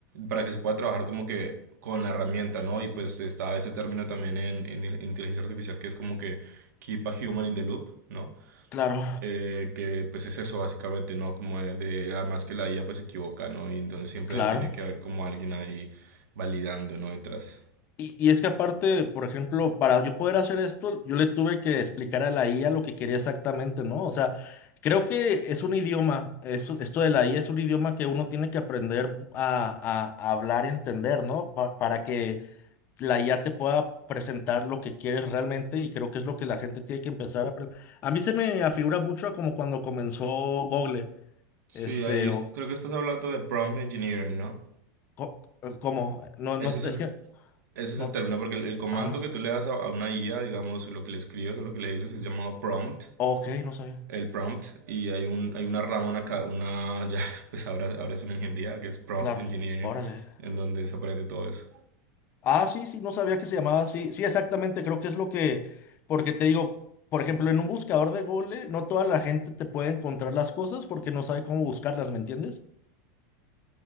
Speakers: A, on the right (about 80°); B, on the left (about 20°).
A: para que se pueda trabajar como que con la herramienta, ¿no? Y pues está ese término también en, en inteligencia artificial que es como que keep a human in the loop, ¿no?
B: Claro,
A: Eh, que pues es eso básicamente, ¿no? Como de, de- además que la IA pues se equivoca, ¿no? Y entonces siempre
B: claro.
A: tiene que haber como alguien ahí validando, ¿no? Detrás.
B: Y, y es que aparte, por ejemplo, para yo poder hacer esto, yo le tuve que explicar a la IA lo que quería exactamente, ¿no? O sea, creo que es un idioma, es- esto de la IA es un idioma que uno tiene que aprender a, a- a hablar y entender, ¿no? Pa- para que la IA te pueda presentar lo que quieres realmente y creo que es lo que la gente tiene que empezar a aprender. A mí se me afigura mucho a como cuando comenzó Google,
A: Sí,
B: este,
A: ahí es-
B: o
A: creo que estás hablando de prompt engineering, ¿no?
B: co- como, no,
A: Ese
B: no,
A: es
B: es
A: el,
B: que,
A: ese es
B: no,
A: el término, porque el, el comando
B: ajá,
A: que tú le das a, a una IA, digamos, lo que le escribes o lo que le dices es llamado prompt,
B: ok, no sabía,
A: el prompt, y hay un, hay una rama, una, ca- una <laughs> ya, pues ahora, ahora es una ingeniería que es prompt
B: claro,
A: engineering,
B: órale.
A: en donde se aprende todo eso.
B: Ah, sí, sí, no sabía que se llamaba así. Sí, exactamente, creo que es lo que, porque te digo, por ejemplo, en un buscador de Google, no toda la gente te puede encontrar las cosas porque no sabe cómo buscarlas, ¿me entiendes?